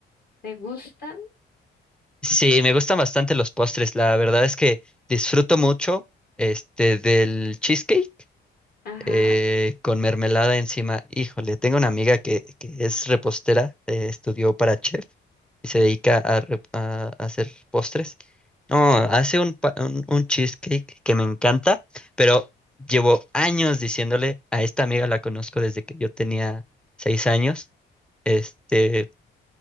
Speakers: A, on the left (about 50°); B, in the centre.
A: te gustan?
B: Sí, me gustan bastante los postres. La verdad es que disfruto mucho, este, del cheesecake
A: Ajá.
B: eh, con mermelada encima. Híjole, tengo una amiga que, que es repostera, eh, estudió para chef y se
A: Mm,
B: dedica a, rep- a- a hacer postres. No, hace un, pa- un, un cheesecake que me encanta, pero llevo años diciéndole a esta amiga, la conozco desde que yo tenía seis años. Este,